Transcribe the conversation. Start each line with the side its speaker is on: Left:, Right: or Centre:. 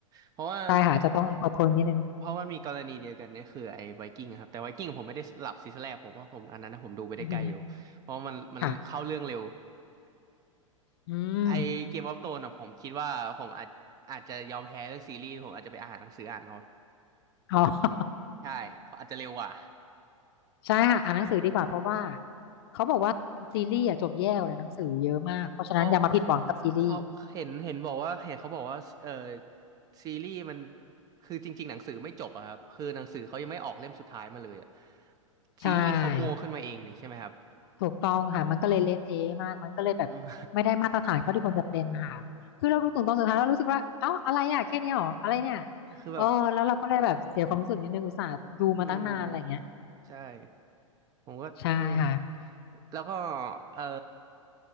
Right: เพราะว่า
Left: ใช่ค่ะจะต้องอดทนนิดนึง
Right: เพราะมันมีกรณีเดียวกันเนี่ยคือไอ้ไวกิ้งครับแต่ไวกิ้งผมไม่ได้หลับซีซั่นแรกผมว่าผมอันนั้นนะผมดูไปได้ไกลอยู่เพราะมันมันเข้าเรื่องเร็ว
Left: อือหือ ค่ะอืม
Right: ไอเกมออฟโธนอ่ะผมคิดว่าผมอาจอาจจะยอมแพ้เรื่องซีรีส์ผมอาจจะไปอ่านหนังสืออ่านเอา
Left: อ๋อ <laughs>
Right: ใช่อาจจะเร็วกว่า
Left: ใช่ค่ะอ่านหนังสือดีกว่าเพราะว่าเขาบอกว่าซีรีส์อะจบแย่กว่าหนังสือเยอะมากเพราะฉะนั้นอย่ามาผิดหวังกับซีรีส์
Right: เขาเขาเขาเห็นเห็นบอกว่าเห็นเขาบอกว่าเออซีรีส์มันคือจริงๆหนังสือไม่จบอะครับ คือหนังสือเขายังไม่ออกเล่มสุดท้ายมาเลยอะ
Left: ใช่
Right: ซีรีส์เขามัวขึ้นมาเองนี่ใช่ไหมครับ
Left: ถูกต้องค่ะมันก็เลยเละเทะมาก มันก็เลยแบบไม่ได้มาตรฐานเขาที่ควรจะเป็นค่ะคือเราดูถึงตอนสุดท้ายเรารู้สึกว่าเอ้าอะไรอ่ะแค่เนี้ยเหรออะไรเนี่ย
Right: อืม <laughs> คือแบบ
Left: เออแล้วเราก็เลยแบบเสียความรู้สึกนิดนึงอุตส่าห์ดูมาตั้งนานอะไรเงี้ย
Right: อืมใช่ ผมก็
Left: ใช่ค่ะ
Right: เออ แล้วก็เออ